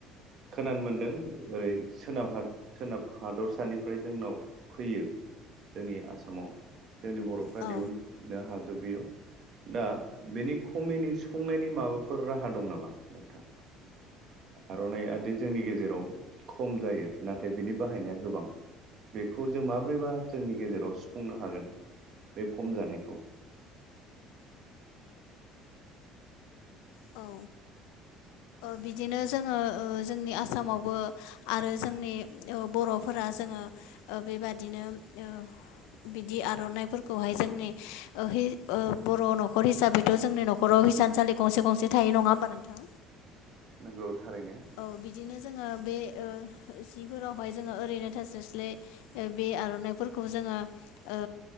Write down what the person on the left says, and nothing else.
औ
औ बिदिनो जोङो जोंनि आसामावबो आरो जोंनि बर'फोरा जोङो ओ बेबादिनो ओ बिदि आर'नाइफोरखौहाय जोंनि ओ बर' न'खर हिसाबैथ' जोंनि न'खराव हिसानसालि गंसे गंसे थायो नङा होमबा नोंथां
औ बिदिनो जोङो बे ओ सिफोरावहाय जोङो ओरैनो थास्लाय स्लाय बे आर'नाइफोरखौ जोङो ओ